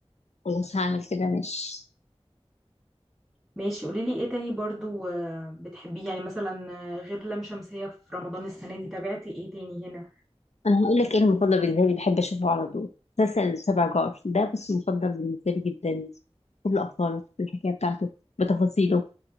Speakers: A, on the left (about 85°); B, in the centre.
A: خلاص هعمل كده ماشي
B: ماشي قوليلي ايه تاني برضو آه، بتحبيه يعني مثلا آه، غير لام شمسية في رمضان السنة دي تابعتي ايه تاني هنا
A: انا هقول لك ايه المفضل بالنسبه لي بحب اشوفه على طول مسلسل سبع جار ده بس مفضل بالنسبه لي جدا كل ابطاله بالحكايه بتاعته بتفاصيله ب-